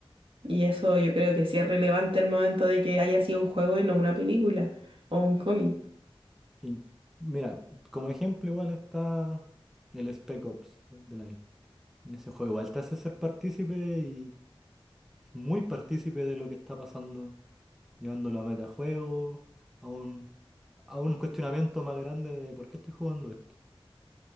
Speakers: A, on the right; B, in the centre.
A: y eso yo creo que sí es relevante el momento de que haya sido un juego y no una película o un cómic.
B: Y mira, como ejemplo igual está el Spec Ops de Line. Ese juego igual te hace ser partícipe y muy partícipe de lo que está pasando, llevándolo a metajuego, a un, a un cuestionamiento más grande de por qué estoy jugando esto.